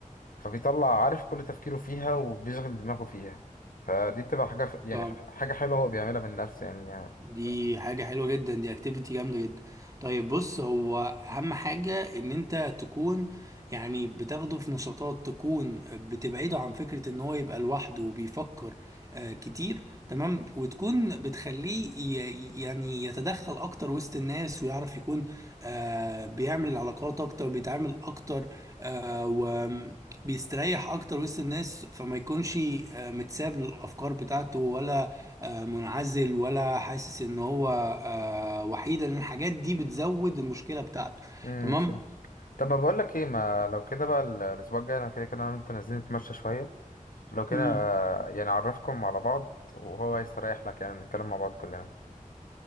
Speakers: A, on the left; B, on the right.
A: فبيطلع عارف كل تفكيره فيها وبيشغل دماغه فيها فدي بتبقى حاجة ف... يعني
B: ف-
A: ح- حاجة حلوة هو بيعملها من نفسه يعني, يعني.
B: دي
A: بس
B: حاجة حلوة جدا دي اكتيفيتي جامدة جدا طيب بص هو أهم حاجة إن أنت تكون يعني بتاخده في نشاطات تكون بتبعده عن فكرة إن هو يبقى لوحده وبيفكر آه كتير تمام وتكون بتخليه ي- يعني يتدخل أكتر وسط الناس ويعرف يكون آه بيعمل علاقات أكتر بيتعامل أكتر آه وبيستريح أكتر وسط الناس فما يكونش آه متساب للأفكار بتاعته ولا آه، منعزل ولا حاسس ان هو آه، وحيد لان الحاجات دي بتزود المشكله بتاعته
A: امم
B: تمام
A: فهمت طب ما بقول لك ايه ما لو كده بقى ال- الاسبوع الجاي انا كده كده انا وانت نازلين نتمشى شوية لو كده
B: مم.
A: يعني اعرفكم على بعض وهو هيستريح لك يعني نتكلم مع بعض كلنا